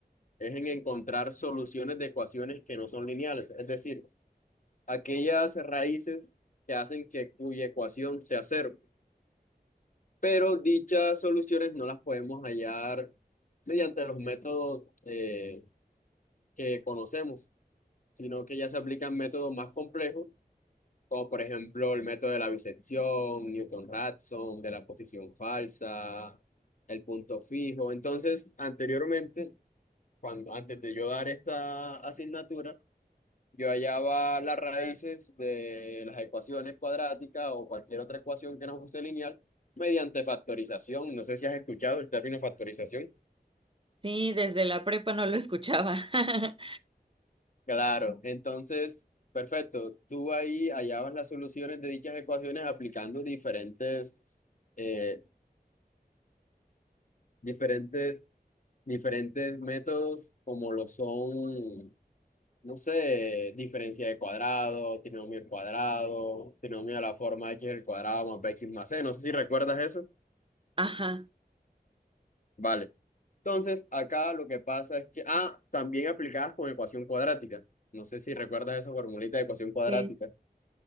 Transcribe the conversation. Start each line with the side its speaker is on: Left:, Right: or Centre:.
Left: es en encontrar soluciones de ecuaciones que no son lineales, es decir, aquellas raíces que hacen que cuya ecuación sea cero. pero dichas soluciones no las podemos hallar mediante los métodos eh, que conocemos, sino que ya se aplican métodos más complejos, como por ejemplo el método de la bisección, Newton-Raphson, de la posición falsa, el punto fijo. Entonces, anteriormente, cuando, antes de yo dar esta asignatura, yo hallaba las raíces de las ecuaciones cuadráticas o cualquier otra ecuación que no fuese lineal mediante factorización. No sé si has escuchado el término factorización.
Right: Sí, desde la prepa no lo escuchaba. <laughs>
Left: Claro, entonces, perfecto. Tú ahí hallabas las soluciones de dichas ecuaciones aplicando diferentes, eh, diferentes, diferentes métodos como lo son, no sé, diferencia de cuadrado, trinomio al cuadrado, trinomio a la forma x al cuadrado más bx más c. No sé si recuerdas eso.
Right: Ajá.
Left: Vale. Entonces, acá lo que pasa es que, ah, también aplicadas con ecuación cuadrática. No sé si recuerdas esa formulita de ecuación cuadrática.
Right: Sí,